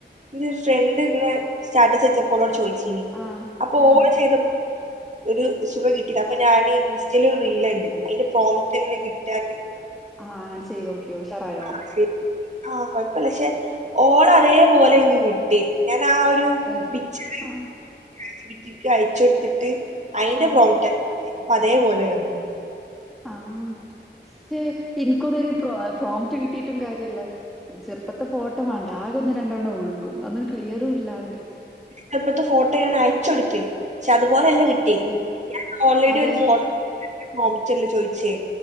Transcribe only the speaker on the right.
ഇന്റെ ഫ്രണ്ട് ഇങ്ങനെ സ്റ്റാറ്റസ് വെച്ച പ്പൊ ഓളോട് ചോയിച്ചീനി
അപ്പൊ
ഓള് ചെയ്ത ഒരു സുഖം കിട്ടീല അപ്പം ഞാന് ഇൻസ്റ്റയ്ല് ഒരു റീലണ്ട് അയിന്റെ പ്രോമ്റ്റ് എങ്ങനെ കിട്ടാന്ന്
ആ ആ കൊഴപ്പല്ല പക്ഷെ ഓള അതേപോലെ ഇൻക്ക് കി ട്ടി ഞാനാ ആ ഒരു
പിചർ
ചാറ്റ്ജിപിടി ക്ക് അയച്ചൊട്ത്ത്ട്ട് അയിന്റെ
പ്രോമിറ്റ അപ്പ അതേപോലെ വന്നേ
ചെർപ്പത്തെ ഫോട്ടോ ഞാന് അയച്ചൊടുത്ത് പക്ഷെ അതുപോലെല്ല കി ട്ടി
ഞാന് ഓൾറെഡി
ഒരു ഫോട്ടോ പ്രോംറ്റല്ല ചോയ്ച്ചേ